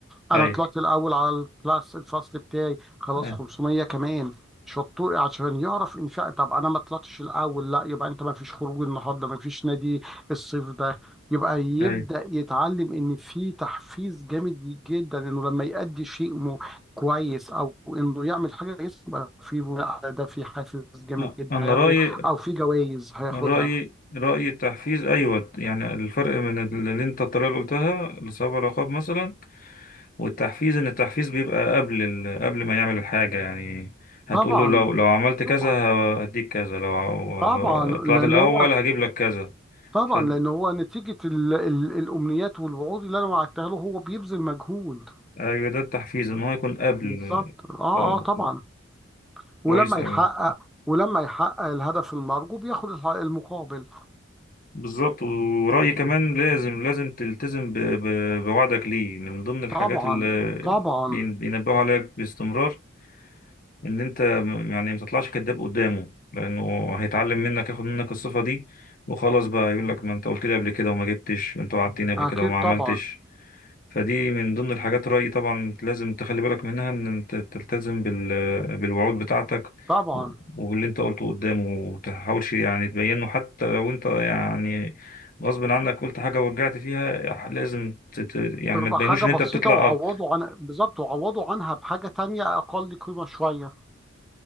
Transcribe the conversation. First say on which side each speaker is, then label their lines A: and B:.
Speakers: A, in the centre; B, on the left.
A: انا
B: اي
A: طلعت الاول على الكلاس الفصل بتاعي خلاص
B: اي
A: 500 كمان شطور عشان يعرف ان فعلا طب انا ما طلعتش الاول لا يبقى انت ما فيش خروج النهارده ما فيش نادي الصيف ده يبقى يبدا
B: اي
A: يتعلم ان في تحفيز جامد جدا انه لما يأدي شيء مو كويس او انه يعمل حاجه كويسه يبقى في بناء على ده في حافز جامد
B: آه،
A: جدا
B: انا
A: هياخده
B: رأيي
A: او في جوائز هياخدها
B: رأيي رأيي التحفيز ايوه يعني الفرق من اللي انت الطريقة اللي قلتها لصاحب العقاب مثلا والتحفيز ان التحفيز بيبقى قبل ال... قبل ما يعمل الحاجة يعني هتقول
A: طبعا
B: له لو لو عملت كذا
A: طبعا
B: هديك كذا لو ع-
A: طبعا لان
B: طلعت الاول
A: هو
B: هجيب لك كذا
A: طبعا
B: ف
A: لان هو نتيجه ال ال الامنيات والوعود اللي انا وعدتها له هو بيبذل مجهود
B: ايوه ده التحفيز ان هو يكون قبل
A: بالظبط اه
B: آه،
A: اه طبعا
B: كويس
A: ولما
B: اوي
A: يحقق ولما يحقق الهدف المرجو بياخد الح- المقابل
B: بالظبط ورأيي كمان لازم لازم تلتزم ب- ب- بوعدك ليه يعني من ضمن الحاجات
A: طبعا
B: اللي
A: طبعا
B: بين- بينبهوا عليك باستمرار ان انت م- يعني ما تطلعش كذاب قدامه لانه هيتعلم منك ياخد منك الصفة دي وخلاص بقى يقول لك ما انت قلت لي قبل كده وما جبتش انت وعدتني قبل
A: اكيد
B: كده وما عملتش
A: طبعا
B: فدي من ضمن الحاجات رأيي طبعا لازم تخلي بالك منها إن أنت تلتزم بال... بالوعود بتاعتك
A: طبعا
B: و- وباللي أنت قلته قدامه ومتحاولش يعني تبينه حتى لو أنت يعني غصب عنك قلت حاجة ورجعت فيها لازم ت... ت- يعني
A: تبقى
B: ما تبينوش
A: حاجه
B: إن
A: بسيطه
B: أنت بتطلع
A: وعوضوا
B: آه,
A: عن بالظبط وعوضوا عنها بحاجه تانية اقل قيمه شويه